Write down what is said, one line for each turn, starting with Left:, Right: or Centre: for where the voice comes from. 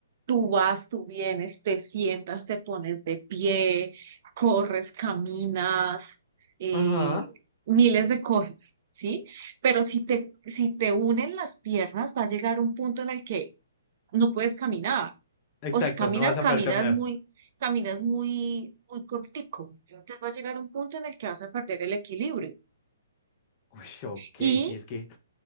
Right: tú vas, tú vienes, te sientas, te pones de pie, corres, caminas, eh,
Left: ajá.
Right: miles de cosas, ¿sí? Pero si te, si te unen las piernas, va a llegar un punto en el que no puedes caminar,
Left: Exacto,
Right: o si caminas,
Left: no vas a
Right: caminas
Left: poder caminar.
Right: muy, caminas muy, muy cortico, entonces va a llegar un punto en el que vas a perder el equilibrio.
Left: Uy, ok,
Right: Y
Left: sí, es que